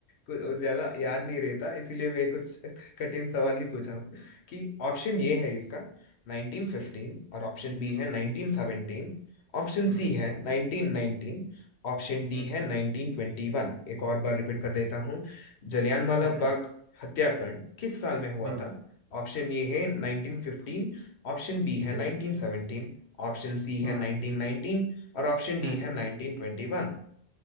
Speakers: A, on the left; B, on the right.
A: कुछ ज्यादा याद नहीं रहता इसीलिए मैं कुछ कठिन सवाल ही पूछा हूँ कि ऑप्शन ये है इसका 1915 और ऑप्शन बी
B: हम्म
A: है 1917 ऑप्शन
B: हम्म
A: सी है 1919 ऑप्शन डी
B: हम्म
A: है 1921 एक और बार रिपीट कर देता हूँ जलियांवाला
B: हम्म
A: बाग हत्याकांड किस साल में हुआ
B: हम्म
A: था ऑप्शन ए है 1915 ऑप्शन बी
B: हम्म
A: है 1917 ऑप्शन सी है
B: हम्म
A: 1919 और ऑप्शन डी
B: हम्म।
A: है 1921